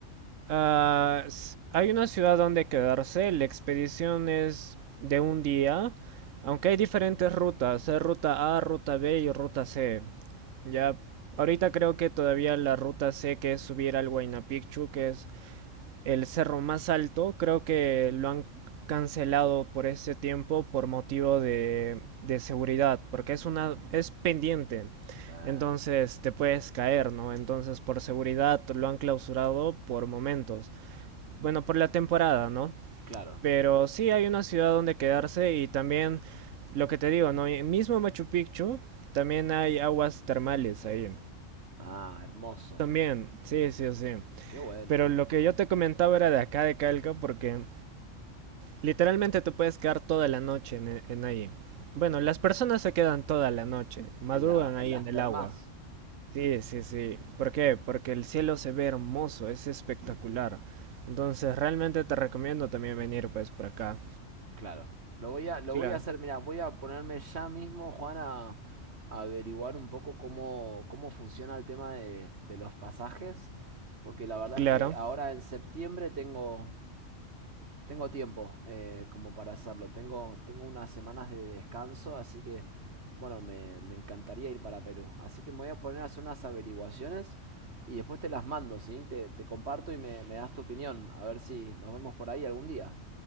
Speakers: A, on the right; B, on the right.
A: Ah, s- hay una ciudad donde quedarse. La expedición es de un día. Aunque hay diferentes rutas. Hay ruta A, ruta B y ruta C. Ya, ahorita creo que todavía la ruta C que es subir al Huayna Picchu, que es el cerro más alto, creo que lo han cancelado por este tiempo por motivo de, de seguridad, porque es una es pendiente.
B: Ah,
A: Entonces te puedes caer, ¿no? Entonces por seguridad lo han clausurado por momentos. Bueno, por la temporada, ¿no?
B: claro.
A: Pero sí hay una ciudad donde quedarse y también lo que te digo, ¿no? Mismo Machu Picchu, también hay aguas termales ahí.
B: Ah, hermoso.
A: También, sí, sí, sí.
B: Qué bueno.
A: Pero lo que yo te comentaba era de acá de Calca porque literalmente te puedes quedar toda la noche en, e- en ahí. Bueno, las personas se quedan toda la noche, madrugan
B: En la, en
A: ahí
B: las
A: en el
B: termas.
A: agua. Sí, sí, sí. ¿Por qué? Porque el cielo se ve hermoso, es espectacular. Entonces, realmente te recomiendo también venir pues por acá.
B: Claro. Lo voy a, lo
A: Claro.
B: voy a hacer, mirá, voy a ponerme ya mismo, Juan, a, a averiguar un poco cómo, cómo funciona el tema de, de los pasajes, porque la verdad
A: Claro.
B: es que ahora en septiembre tengo, tengo tiempo eh, como para hacerlo. Tengo, tengo unas semanas de descanso, así que, bueno, me, me encantaría ir para Perú. Así que me voy a poner a hacer unas averiguaciones y después te las mando, ¿sí? Te, te comparto y me, me das tu opinión, a ver si nos vemos por ahí algún día.